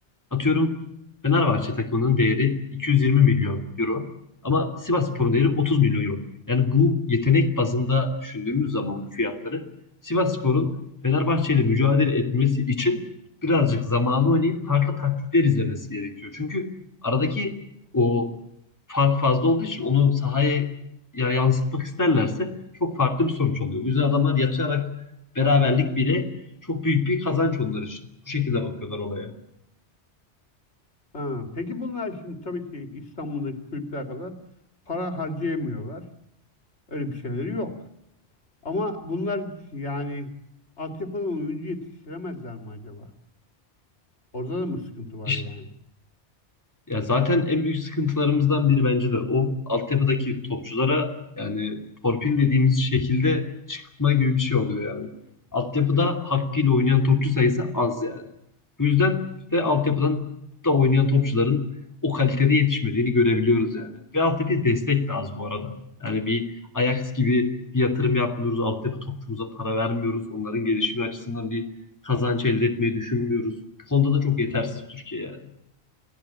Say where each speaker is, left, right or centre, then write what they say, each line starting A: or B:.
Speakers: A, on the left (about 15°); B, on the left (about 70°).
A: Atıyorum Fenerbahçe takımının değeri 220 milyon euro ama Sivasspor'un değeri 30 milyon euro. Yani bu yetenek bazında düşündüğümüz zaman bu fiyatları Sivasspor'un Fenerbahçe ile mücadele etmesi için birazcık zamanı oynayıp farklı taktikler izlemesi gerekiyor. Çünkü aradaki o fark fazla olduğu için onu sahaya ya yansıtmak isterlerse çok farklı bir sonuç oluyor. O yüzden adamlar yatarak beraberlik bile çok büyük bir kazanç onlar için. Bu şekilde bakıyorlar olaya.
B: Ha, peki bunlar şimdi tabii ki İstanbul'daki kulüpler kadar para harcayamıyorlar. Öyle bir şeyleri yok. Ama bunlar yani altyapıdan oyuncu yetiştiremezler mi acaba? Orada da mı sıkıntı var
A: İşte
B: yani?
A: Ya zaten en büyük sıkıntılarımızdan biri bence de o. Altyapıdaki topçulara yani torpil dediğimiz şekilde çıkma gibi bir şey oluyor yani. Altyapıda
B: Öyle-
A: hakkıyla oynayan topçu sayısı az yani. Bu yüzden de altyapıdan da oynayan topçuların o kalitede yetişmediğini görebiliyoruz yani. Ve altyapıya destek de az bu arada. Yani bir Ajax gibi bir yatırım yapmıyoruz. Altyapı topçumuza para vermiyoruz. Onların gelişimi açısından bir kazanç elde etmeyi düşünmüyoruz. Bu konuda da çok yetersiz Türkiye yani.